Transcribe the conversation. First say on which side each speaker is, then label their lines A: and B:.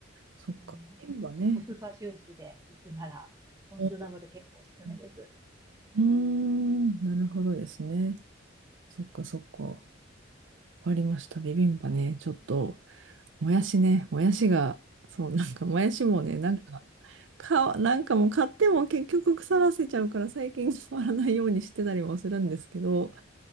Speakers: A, on the right (about 65°); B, on the right (about 15°).
A: そっか。
B: うん、
A: 瓶はね。
B: コスパ重視で行くなら、ポン酢なので結構おすすめです。
A: うん、うーんなるほどですね。そっかそっか。わかりました。ビビンバね。ちょっと、もやしね。もやしが、そう、なんかもやしもね、なんか、か、なんかもう買っても結局腐らせちゃうから最近変わらないようにしてたりもするんですけど、